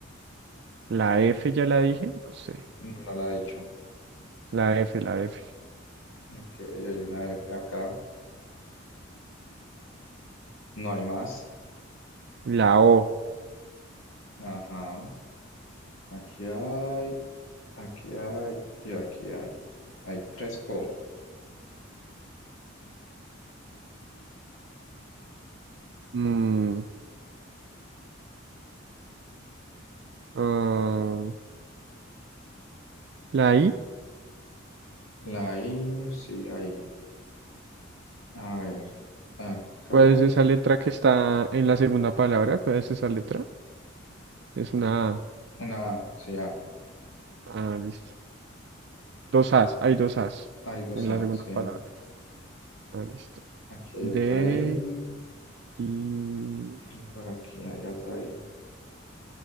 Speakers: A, on the right; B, on the left.
A: la F, ya la dije, no sé.
B: No, no la he dicho.
A: La F, la F.
B: Ok, hay una F acá. No hay más.
A: La O.
B: Ajá. Aquí hay, aquí hay y aquí hay. Hay tres O.
A: Mm, ah, la I.
B: La I, sí, ahí. A ver. Acá.
A: ¿Cuál es esa letra que está en la segunda palabra? ¿Cuál es esa letra? Es una A.
B: Una A, sí, A.
A: Ah, listo. Dos As, hay dos As
B: Hay dos
A: en
B: A,
A: la segunda
B: sí.
A: palabra. Ah, listo.
B: Aquí hay
A: D,
B: otra I.
A: I,
B: Y por aquí hay otra I.